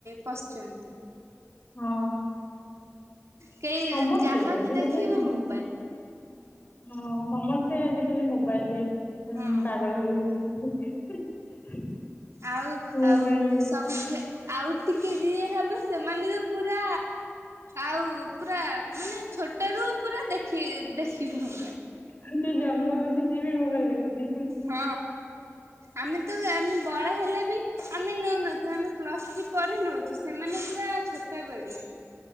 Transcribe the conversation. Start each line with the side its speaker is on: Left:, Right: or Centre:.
Right: ପଶି ଯନ୍ତି
Left: ହଁ
Right: କେହି
Left: ସମସ୍ତେ
Right: ଯାହାକୁ
Left: ଆଜିକାଲି
Right: ଦେଖିବ
Left: ସମସ୍ତେ
Right: ମୋବାଇଲ
Left: ହଁ ସମସ୍ତେ ଆଜିକାଲି ମୋବାଇଲ ରେ ହଁ
Right: ହୁଁ
Left: ପାଗଳ ହେଇଯାଇଛନ୍ତି
Right: ଆଉ
Left: ମୋବାଇଲରେ
Right: ଆଉ ସବୁ ଆଉ ଟିକେ ଯିଏ ହେବ, ସେମାନେ ତ ପୁରା ଆଉ ପୁରା ମାନେ ଛୋଟ ରୁ ପୁରା ଦେଖି- ଦେଖିବି ମୁଁ
Left: ଯିଏ ଜନ୍ମ ହଉଛି ସିଏ ବି ମୋବାଇଲ୍ ଦେଖୁଛି।
Right: ହଁ ଆମେ ତ ଆମେ ବଡ଼ ହେଲେ ବି- ଆମେ ନଉ ନଥିଲୁ, ଆମେ ପ୍ଲସ ଥ୍ରୀ ପରେ ନଉଛୁ ସେମାନେ ପୁରା ଛୋଟ ବେଳୁ